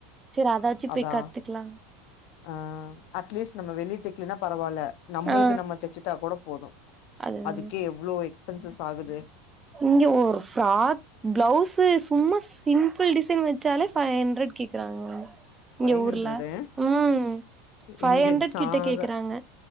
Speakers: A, on the right; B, on the left.
A: சரி அதாச்சு
B: அதா
A: போய் கத்துக்கலா
B: ஆ அட்லீஸ்ட் நம்ம வெளி தக்குனா பரவால நம்ளுக்கு
A: ஆ
B: நம்ம தச்சுிட்டா கூட போதும்
A: அதுதா
B: அதுக்கே எவ்ளோ எக்ஸ்பென்சஸ் ஆகுது
A: இங்க ஒரு ஃப்ராக் பிளவுஸ் சும்மா சிம்பிள் டிசைன் வச்சாலே ஃபைவ் ஹண்ட்ரட் கேக்குறாங்க இங்க
B: ஃபைவ்
A: ஊர்ல
B: ஹண்ட்ரடு
A: ம் ஃபைவ்
B: இங்க
A: ஹண்ட்ரட்
B: சாதா
A: கிட்ட கேக்குறாங்க